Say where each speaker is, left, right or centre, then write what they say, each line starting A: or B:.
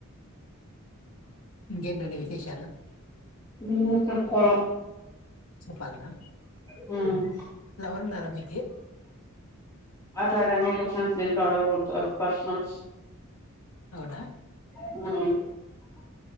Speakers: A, on the left; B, on the left.
A: ఇంకేంటండి విశేషాలు
B: హ్మ్ చెప్పాలా
A: చెప్పాల్నా
B: హ్మ్
A: ఉన్నారా మీకి
B: అట్లాటి అన్నీ కొశ్చన్స్ దీంట్లో అడగకూడదు అవి పర్సనల్స్
A: అవునా
B: ఆ